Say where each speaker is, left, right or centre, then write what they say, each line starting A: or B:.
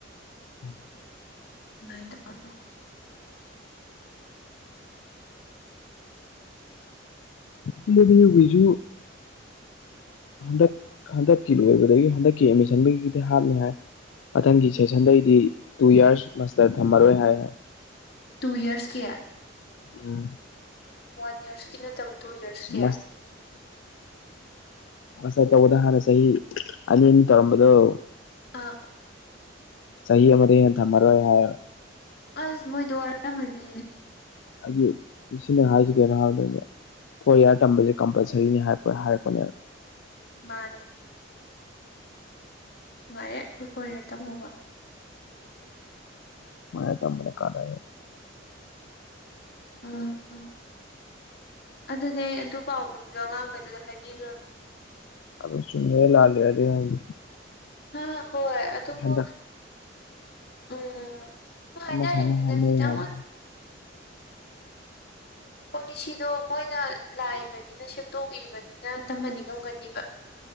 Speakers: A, on the left; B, on the left.
A: ꯎꯝ
B: ꯗ
A: ꯏ ꯕꯤꯖꯨ ꯍꯟꯗꯛ ꯍꯟꯗꯛꯀꯤ ꯂꯣꯏꯕꯗꯒꯤ ꯍꯟꯗꯛꯀꯤ ꯑꯦꯠꯃꯤꯁꯟꯕꯒꯤꯗꯤ ꯍꯥꯞꯅꯤ ꯍꯥꯏ ꯃꯊꯪꯒꯤ ꯁꯦꯁꯟꯗꯩꯗꯤ ꯇꯨ ꯌꯔꯁ ꯃꯥꯁꯇꯔ ꯊꯝꯃꯔꯣꯏ ꯍꯥꯏ
B: ꯇꯨ ꯏꯔꯁꯀꯤ
A: ꯎꯝ
B: ꯋꯥꯟ ꯏ ꯌꯔꯁꯀꯤ ꯅꯠꯇꯕ ꯇꯨ ꯌꯔꯁꯀꯤ
A: ꯃꯁ ꯃꯁꯠꯇ ꯎꯗꯥꯍꯔꯅ ꯁꯍꯤ ꯑꯅꯤꯅ ꯇꯧꯔꯝꯕꯗꯨꯣ
B: ꯑꯥ
A: ꯁꯍꯤ ꯃ ꯊꯃꯔꯑꯣ ꯍꯥꯏ
B: ꯑꯁ ꯃꯣꯏꯗ ꯋꯥꯔꯝꯃꯅꯤ
A: ꯍꯥꯏꯗꯤꯁꯤꯅꯦ ꯍꯥꯏꯁꯤ ꯀꯩꯅꯣ ꯍꯥꯏꯕ ꯃꯇꯝꯗ ꯐꯣꯔ ꯏꯌꯥꯔ ꯇꯝꯕꯁꯦ ꯀꯝꯄꯜꯁꯔꯤꯅꯤ ꯍꯥꯏ ꯍꯥꯏꯔꯛꯄꯅꯦꯕ
B: ꯃꯥꯅꯦꯦ ꯅꯨꯡꯉꯥꯏꯔꯦ ꯑꯩꯈꯣꯏ ꯀꯣꯔꯤꯌꯔ ꯇꯝꯃꯨꯕ
A: ꯃ ꯇ ꯃꯅ ꯀꯥꯟꯅ
B: ꯎꯝ ꯑꯗꯨꯗꯤ ꯑꯩ ꯑꯗꯨ ꯄꯥꯎꯗꯝꯁꯨ ꯑꯉꯥꯡꯈꯩꯗꯨꯗ ꯍꯥꯏꯕꯤꯈ꯭ꯔꯒꯦ
A: ꯑꯗꯨꯗꯣ ꯆꯨꯝꯃꯦ ꯂꯥꯜꯂꯤ ꯍꯥꯏꯗꯤꯗꯤ
B: ꯍ ꯍꯣꯏ ꯑꯣꯕꯨ
A: ꯍꯟꯗꯛ
B: ꯎꯝ ꯍ ꯍꯥꯏꯅ
A: ꯑꯃ ꯁꯥꯅ
B: ꯔꯦꯃꯤꯅꯥ
A: ꯍꯥꯏꯅꯩ
B: ꯈꯈꯤ ꯇꯃꯣ
A: ꯍꯥꯏꯕꯗꯤ
B: ꯄꯣꯂꯤꯁꯤꯗꯣ ꯃꯣꯏꯅ ꯂꯥꯛꯏꯕꯅꯤꯅ ꯁꯦꯝꯗꯣꯛꯏꯕꯅꯤꯅ ꯩꯅ ꯇꯝꯍꯟꯅꯤꯡꯉꯝꯒꯅꯤꯕ